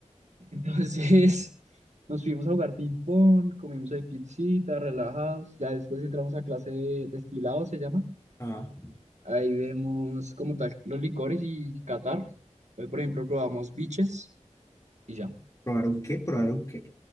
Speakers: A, on the right; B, on the left.
A: Entonces, <laughs> nos fuimos a jugar ping-pong, comimos ahí pizzita, relajados. Ya después entramos a clase de destilado, se llama
B: Ah.
A: Ahí vemos como tal los licores y Qatar. Hoy, por ejemplo, probamos biches y ya.
B: ¿Probaron qué? ¿Probaron qué?